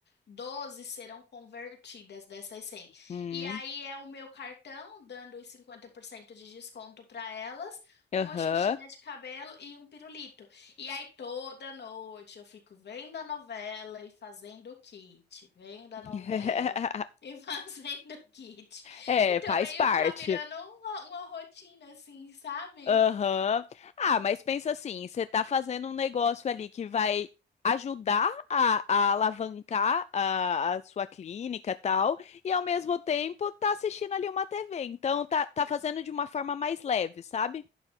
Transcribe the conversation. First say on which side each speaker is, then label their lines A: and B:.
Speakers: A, on the left; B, on the left.
A: 12 serão convertidas dessas 100.
B: uhum,
A: E aí é o meu cartão dando os 50% de desconto para elas,
B: aham.
A: uma xuxinha de cabelo e um pirulito. E aí toda noite eu fico vendo a novela e fazendo o kit, vendo a
B: <laughs>
A: novela e <laughs> fazendo o kit.
B: É,
A: Então
B: faz
A: meio
B: parte.
A: que tá virando uma, uma rotina assim, sabe?
B: Aham. Ah, mas pensa assim, você tá fazendo um negócio ali que vai ajudar a, a alavancar a, a sua clínica, tal, e ao mesmo tempo tá assistindo ali uma TV. Então tá, tá fazendo de uma forma mais leve, sabe?